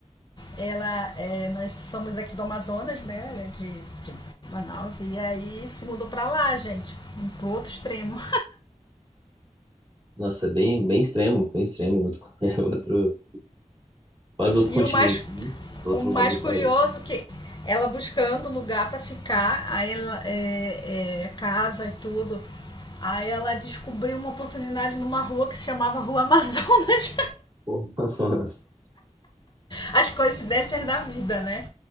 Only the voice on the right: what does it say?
Nossa, é bem, bem extremo, bem extremo, outro, <laughs> é outro, quase outro
continente,
né? Do outro
lado do
país.
Pô, <laughs> Amazonas.